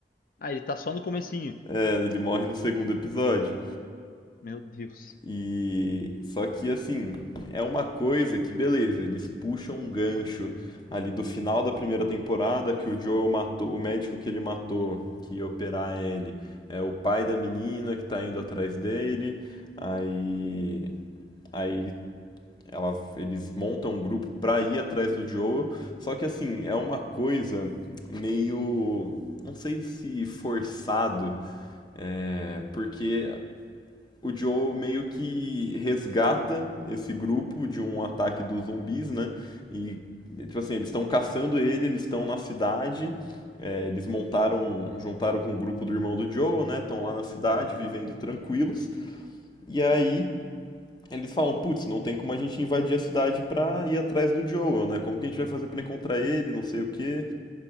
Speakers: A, on the left; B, on the left.
A: Ah, ele tá só no comecinho.
B: É, ele morre no segundo episódio.
A: Meu Deus.
B: E só que assim, é uma coisa que beleza, eles puxam um gancho ali do final da primeira temporada que o Joel matou, o médico que ele matou, que ia operar ele, é o pai da menina que tá indo atrás dele. Aí aí ela, eles montam um grupo pra ir atrás do Joel. Só que assim, é uma coisa meio. Não sei se forçado, é, porque o Joe meio que resgata esse grupo de um ataque dos zumbis, né? E, tipo assim, eles estão caçando ele, eles estão na cidade, é, eles montaram, juntaram com o grupo do irmão do Joe, né? Estão lá na cidade,
A: Aham,
B: vivendo tranquilos. E aí eles falam, putz, não tem como a gente invadir a cidade pra ir atrás do Joel, né? Como que a gente vai fazer pra encontrar ele, não sei o quê.